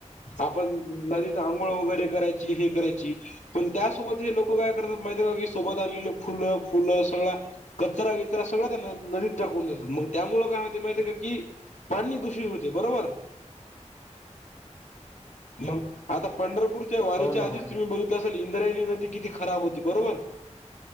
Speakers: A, on the left (about 75°); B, on the left (about 30°).
A: आपण नदीत आंघोळ वगैरे करायची हे करायची पण त्या सोबत हि लोक काय करत्यात माहिती का सोबत आली फुल, फुल सगळा कचरा बिचरा करत्यात सगळं कढणं नदीत टाकून देतात मग त्यामुळं काय होतय माहितीय का की पाणी दूषित होते बरोबर. मग आता पंढरपूर वारीच्या
B: हो ना
A: आधीच
B: हो ना
A: तुम्ही बघितलं असल इंद्रायणी नदी किती खराब होती बरोबर.